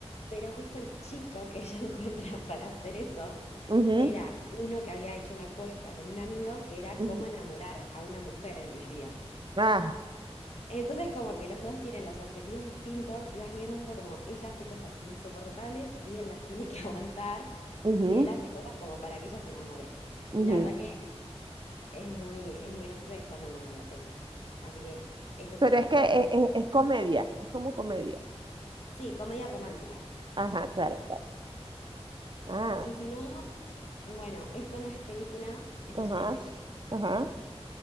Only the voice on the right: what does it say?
Ujú,
ujú,
Ajá,
ujú,
ujú.
Pero
es que e- e- es, comedia, es como comedia.
Ajá, claro, claro. Ah,
ajá,
ajá.